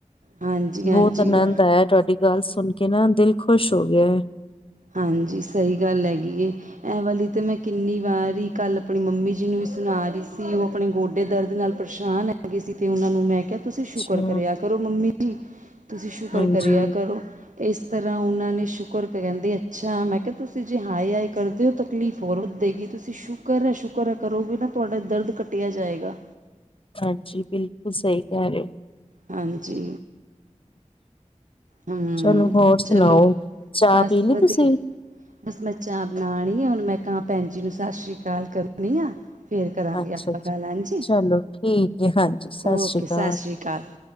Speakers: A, on the right; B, on the left.
A: ਹਾਂਜੀ-ਹਾਂਜੀ,
B: ਬਹੁਤ ਆਨੰਦ ਆਇਆ, ਤੁਹਾਡੀ ਗੱਲ ਸੁਣ ਕੇ। ਨਾ, ਦਿਲ ਖ਼ੁਸ਼ ਹੋ ਗਿਆ ਹੈ।
A: ਹਾਂਜੀ, ਸਹੀ ਗੱਲ ਹੈਗੀ ਐ। ਇਹ ਵਾਲੀ ਤਾਂ ਮੈਂ ਕਿੰਨੀ ਵਾਰੀ ਕੱਲ ਆਪਣੀ ਮੰਮੀ ਜੀ ਨੂੰ। ਸੁਣਾ ਰਹੀ ਸੀ, ਉਹ ਆਪਣੇ ਗੋਡੇ ਦਰਦ ਨਾਲ ਪਰੇਸ਼ਾਨ ਹੈਗੀ ਸੀ। ਤੇ ਉਹਨਾਂ ਨੂੰ ਮੈਂ ਕਿਹਾ, ਤੁਸੀਂ
B: ਅੱਛਾ,
A: ਸ਼ੁਕਰ ਕਰਿਆ ਕਰੋ, ਮੰਮੀ ਜੀ। ਤੁਸੀਂ ਸ਼ੁਕਰ
B: ਹਾਂਜੀ-ਹਾਂਜੀ
A: ਕਰਿਆ ਕਰੋ। ਇਸ ਤਰ੍ਹਾਂ ਉਹਨਾਂ ਨੇ ਸ਼ੁਕਰ ਕਹਿੰਦੇ ਆ। ਅੱਛਾ, ਮੈਂ ਕਿਹਾ, ਤੁਸੀਂ ਜੇ 'ਹਾਏ-ਹਾਏ' ਕਰਦੇ ਹੋ, ਤਾਂ ਤਕਲੀਫ ਹੋਰ ਵਧੇਗੀ। ਤੁਸੀਂ ਸ਼ੁਕਰ-ਸ਼ੁਕਰ ਕਰੋਗੇ ਨਾ। ਤੁਹਾਡਾ ਦਰਦ ਘੱਟਦਾ ਜਾਏਗਾ।
B: ਹਾਂਜੀ, ਬਿਲਕੁਲ ਸਹੀ ਕਹਿ ਰਹੇ ਹੋ।
A: ਹਾਂਜੀ। ਹੂੰ
B: ਚਲੋ, ਹੋਰ ਸੁਣਾਓ।
A: ਚਲੋ
B: ਚਾਹ
A: ਬਸ
B: ਪੀ ਲਈ
A: ਵਧੀਆ
B: ਤੁਸੀਂ?
A: ਬਸ, ਮੈਂ ਚਾਹ ਬਣਾਉਣੀ ਆ। ਹੁਣ ਮੈਂ ਕਾਂ ਭੈਣ ਜੀ ਨੂੰ ਸਤਿ ਸ੍ਰੀ ਅਕਾਲ ਕਰਨੀ ਆ। ਫਿਰ ਕਰਾਂਗੇ
B: ਅੱਛਾ।
A: ਆਪਾਂ ਗੱਲ। ਹਾਂਜੀ,
B: ਚਲੋ ਠੀਕ ਹੈ ਹਾਂਜੀ ਸਤਿ
A: ਓਕੇ।
B: ਸ਼੍ਰੀ ਅਕਾਲ
A: ਸਤਿ ਸ੍ਰੀ ਅਕਾਲ। <inaudible>